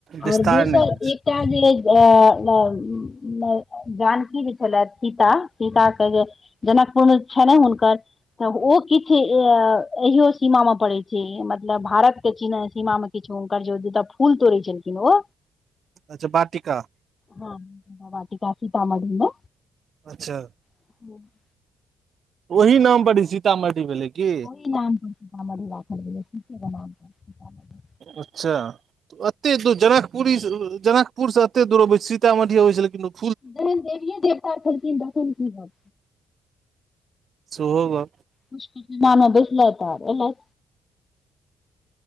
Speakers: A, on the right; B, on the left.
A: विस्तार
B: आओर दोसर
A: नहि होइ छै
B: इ जे अ जानकी जे छलऽ सीता सीता के जे जनकपुर छैनहें हुनकर, तऽ ओ किछ अहिइो सीमा मे पड़ै छै मत लऽ भारत के चीन सीमा मे किछो हुनकर जे जतऽ फूल तोड़ै छलखिन ओ
A: अच्छा बाटिका
B: हँ बाटिका, सीतामढ़ी में
A: अच्छा
B: <inaudible>
A: ओहि नाम पर इ सीतामढ़ी भेलै की।
B: कि नाम पर <unintelligible> सीतामढ़ी राखल गेलै सीते के नाम पर, सीतामढ़ी।
A: अच्छा अत्ते दू जनकपुरी से रो-ओ जनकपुर से एत्ते दूर अबै छी। सीतामढ़ी अबै छलै कि लोक।
B: जहन देवीए-देवता छलखिन तहन कि गप।
A: सोहो गप।
B: पुष्टी <unintelligible> मे बैसलैत आर एलैथ।